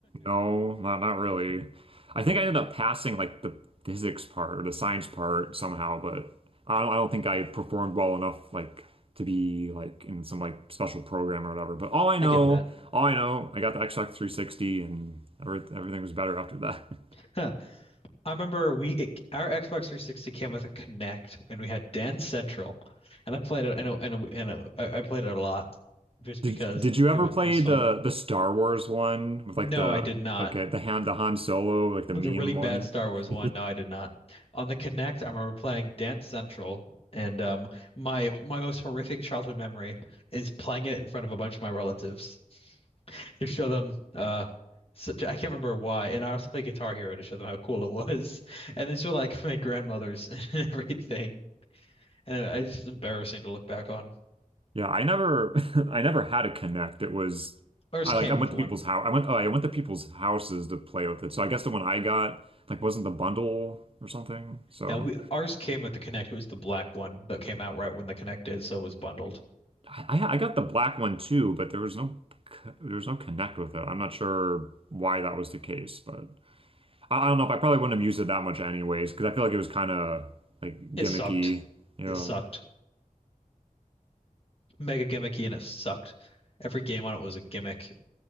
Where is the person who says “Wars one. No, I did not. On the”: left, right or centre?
Left